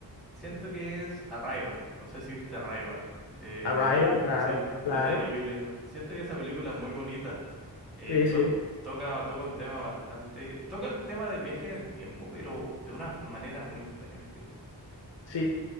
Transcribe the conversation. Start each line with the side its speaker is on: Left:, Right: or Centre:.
Centre: Siento que es Arrival. No sé si viste Arrival de
Left: Arrival,
Centre: Denis,
Left: claro,
Centre: sí, de
Left: claro.
Centre: Denis Villeneuve. Siento que esa película es muy bonita. Eh,
Left: Sí, sí,
Centre: to- toca, toca un tema bastante. Toca el tema del viaje en el tiempo, pero de una manera muy diferente.
Left: sí,